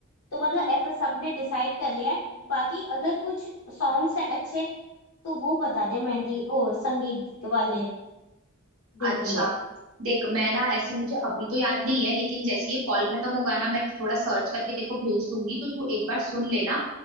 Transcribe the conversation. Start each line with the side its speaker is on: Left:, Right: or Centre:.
Left: तो मतलब ऐसा सबने डिसाइड कर लिया है बाकी अगर कुछ सॉन्ग्स हैं अच्छे तो वो बता दे मेहंदी ओ संगीत वाले दिन
Right: अच्छा
Left: के लिए
Right: देख मैं ना ऐसे मुझे अभी तो याद नहीं है लेकिन जैसे ही ये कॉल खत्म होगा ना मैं थोड़ा सर्च करके तेको भेज दूंगी तो तू एक बार सुन लेना